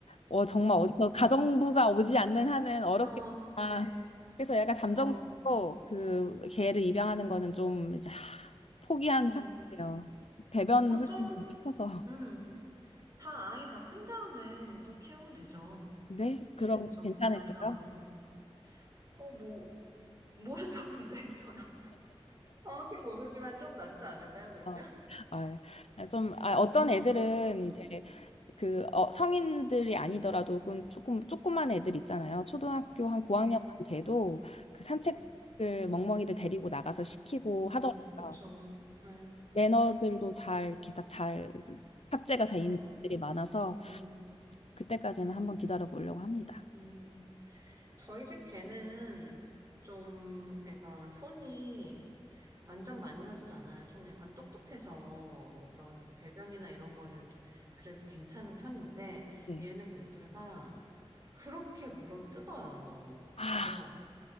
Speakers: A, on the left; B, on the right.
A: 어, 정말 어디서 가정부가 오지 않는 한은 어렵겠다.
B: 어, 네.
A: 그래서 약간 잠정적으로
B: 어,
A: 그 개를 입양하는 거는 좀 이제 하, 포기한
B: 음.
A: 상태예요. 배변
B: 어,
A: 훈련이좀
B: 좀,
A: 해서.
B: 음. 다 아이 다 큰 다음에 또 키우면 되죠.
A: 네? 그럼
B: 이제 좀
A: 괜찮을까요?
B: 아이가 어느 정도. 어, 뭐, 모르죠, 근데. <laughs> 저야. 정확히 모르지만 좀 낫지 않을까요, 그러면?
A: 어, 아, 예. 아, 좀, 아, 어떤 애들은
B: 음.
A: 이제 그 어, 성인들이 아니더라도 조금, 조금, 조그만 애들 있잖아요. 초등학교 한 고학년
B: 네.
A: 돼도 그 산책을
B: 네.
A: 멍멍이들 데리고 나가서 시키고 하더라고요.
B: 음, 그쵸. 네.
A: 매너들도 잘 이렇게 딱잘 탑재가 돼 있는
B: 음,
A: 것들이 많아서
B: 음.
A: 그때까지는 한번 기다려 보려고 합니다.
B: 음, 저희 집 개는 좀 애가 손이 완전 많이 가진 않아요. 좀 약간 똑똑해서 뭐 그런 배변이나 이런 거는 그래도 괜찮은 편인데
A: 네.
B: 얘는 문제가 그렇게 물어 뜯어요.
A: 아,
B: 그래서